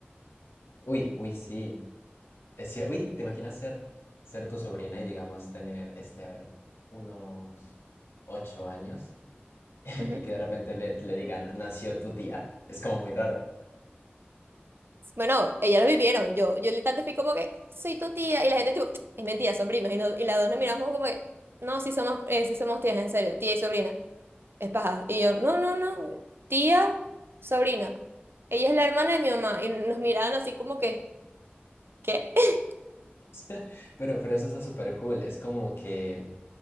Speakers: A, on the left; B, on the right.
A: Uy, uy, sí. Es cierto Uy, ¿te imaginas ser, ser tu sobrina y digamos tener, este, a ver, unos ocho años <laughs> y
B: Ujú.
A: que de repente le, le digan, nació tu tía? Es como muy raro.
B: Bueno, ellas lo vivieron. Yo, yo literalmente fui como que, soy tu tía. Y la gente tipo, es mentira, son primas. Y, no- y las dos nos miramos como que, no, sí somos, eh, sí somos tías, en serio, tía y sobrina. es paja. Y yo, no, no, no, tía, sobrina. Ella es la hermana de mi mamá. Y nos miraban así como que, ¿qué? <laughs>
A: <laughs> Pero, pero eso está súper cool. Es como que